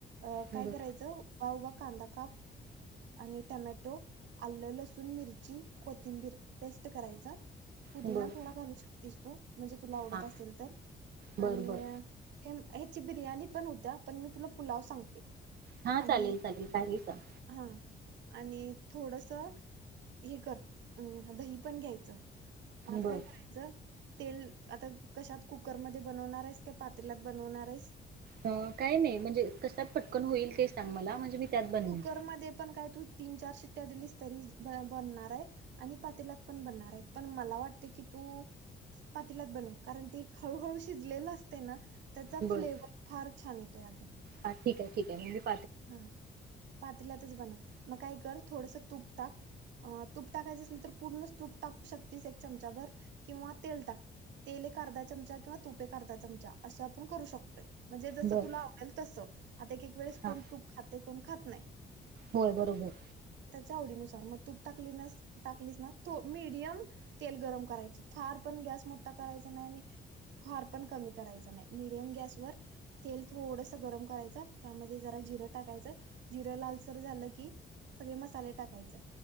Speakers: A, on the right (about 90°); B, on the right (about 60°).
A: अ
B: बर
A: काय करायचं? उभा उभा कांदा काप आणि टमॅटो आलं लसूण मिरची कोथिंबीर पेस्ट करायचं. पुुदीना
B: बर
A: थोडा घालू शक् तीस तू म्हणजे तुला आवडत
B: हा
A: असेल तर
B: बर
A: आणि
B: बर
A: ते म् ह्याची बिर्याणी पण होत्या पण मी तुला पुलाव सांगते
B: हा
A: आणि
B: चालेल चालेल काही सांग
A: हं आणि थोडस हे कर हम् दही पण घ्यायचं आता
B: बर
A: काय करायचं तेल आता कश्यात कुकरमध्ये बनवणार आहेस. का पातेल्यात बनवणार आहेस?
B: अ काय नाही म्हणजे अ् कशात पटकन होईल ते सांग मला म्हणजे मी त्यात बनवेन
A: कुकरमध्ये पण काय? तू तीन चार शिट्ट्या दिलीस तरी बनणार आहे आणि पातेल्यात पण बनणार आहे पण मला वाटतंय की तू पातेल्यात बनव. कारण ते हळूहळू शिजलेलं असतंय ना त्याचा
B: बर
A: फ्लेवर फार छान येतोय अगं
B: हा ठीक आहे ठीक आहे म्
A: हा पातल्यातच बनव. मग काय कर? थोडसं तूप टाक तूप टाकायचं असलं तर पूर्णच तूप टाकू शकतेस. एक चमचाभर किंवा तेल टाक तेल एक अर्धा चमचा किंवा तूप एक अर्धा चमचा असं आपण करू शक् तो म्हणजे जस
B: बर
A: तुला आवडेल तसं आता एक एक वेळेस कोण
B: हा
A: ते कोण खात नाही
B: होय बरोबर हाय
A: आपापल्या आवडीनुसार मग तुप टाकलिनास टाकलिस ना थो मीडियम तेल गरम करायचं फार पण गॅस मोठा करायचा नाही आणि फार पण कमी करायचा नाही मीडियम गॅसवर तेल थोडसं गरम करायचं त्यामध्ये जरा जिर टाकायचं जिरं लालसर झालं की सगळे मसाले टाकायचंु